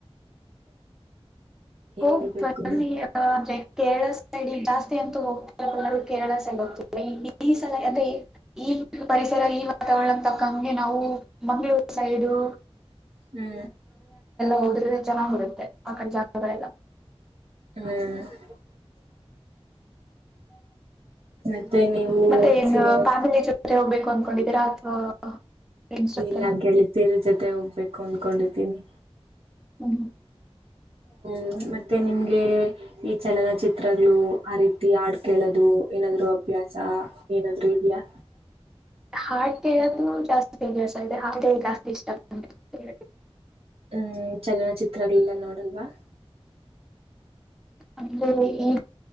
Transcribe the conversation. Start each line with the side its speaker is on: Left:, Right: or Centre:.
Right: ಹೇಳ್ಬೇಕು
Centre: ಹೋಗಿ ಬನ್ನಿ <unintelligible> ಕೇರಳ ಸೈಡ್ ಜಾಸ್ತಿ ಅಂತೂ ಹೋಗ್ತ ಕೇರಳ ಸೈಡ್ ಹೋಗ ಈ ಸಲ ಅಂದ್ರೆ ಈ. ಈ ಪರಿಸರ ಈ ವಾತಾವರಣ ತಕ್ಕಂಗೆ ನಾವು ಮಂಗ್ಗಳೂರು ಸೈಡು.
Right: ಹ್ಮ್
Centre: ಹೋದ್ರ ಚೆನ್ನಾಗಿ ಬಿಡುತ್ತೆ ಆ ಕ ಜಾಗ ಎಲ್ಲ.
Right: ಹ್ಮ್ ಮತ್ತೆ ನೀವು
Centre: ಮತ್ತೆ
Right: ಸಿನಿಮಾ
Centre: ನ್ ಫ್ಯಾಮಿಲಿ ಜೊತೆ ಹೋಗ್ಬೇಕು. ಅಂದಕೊಂಡಿದರಾ ಅಥವಾ. ಫ್ರೆಂಡ್ಸ್ ಜೊತೆನಾ?
Right: ಇಲ್ಲ ಗೆಳತೀರಿ ಜೊತೆ ಹೋಗ್ಬೇಕು ಅನ್ಕೊಂಡಿದ್ದೀನಿ.
Centre: ಹ್ಮ
Right: ಹ್ಮ್ ಮತ್ತೆ ನಿಮ್ಗೆ ಈ ಚಲನಚಿತ್ರಗಳು ಆ ರೀತಿ ಆಡ್ ಕೇಳೋದು. ಏನಾದ್ರು ಅಭ್ಯಾಸ ಏನಾದ್ರು ಇದೆಯಾ.
Centre: ಹಾಡ್ ಕೇಳೋದು ಜಾಸ್ತಿ ಕೆ ಇದೆ ಹ ಜಾಸ್ತಿ ಇಷ್ಟ ಆಗ್ತ.
Right: ಹ್ಮ್ ಚಲನಚಿತ್ರಗಳೆಲ್ಲ ನೋಡಲ್ವಾ.
Centre: ಅಂದ್ರೆ ಈಗ